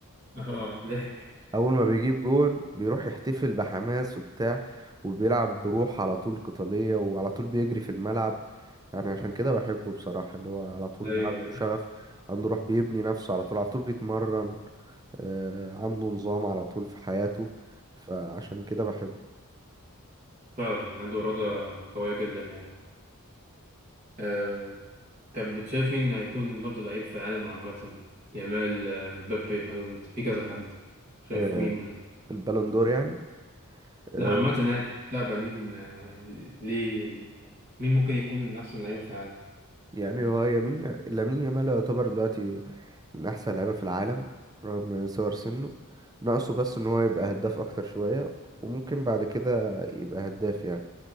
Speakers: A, on the right (about 35°); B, on the right (about 15°).
A: اه ضحك
B: اول ما بيجيب جون بيروح يحتفل بحماس وبتاع وبيلعب بروح على طول قتاليه وعلى طول بيجري في الملعب يعني عشان كده بحبه بصراحه اللي هو على طول
A: ايوه
B: عنده
A: ايوه
B: شغف عنده روح بيبني نفسه على طول على طول بيتمرن آه عنده نظام على طول في حياته فعشان كده بحبه
A: فعلا عنده إرادة قوية جدا يعني آه، طب بتشايف مين هيكون أفضل لعيب في العالم عامة؟ يامال آه، مبابي هالاند في كذا حد شايف
B: آه
A: مين؟
B: البالون دور يعني آه،
A: لا عامة يعني في المستقبل مين آه، ليه ال- مين ممكن يكون من أحسن اللعيبة في العالم؟
B: يعني هو يمين لامين يامال يعتبر دلوقتي من احسن لعيبه في العالم رغم صغر سنه ناقصه بس ان هو يبقى هداف اكتر شويه وممكن بعد كده يبقى هداف يعني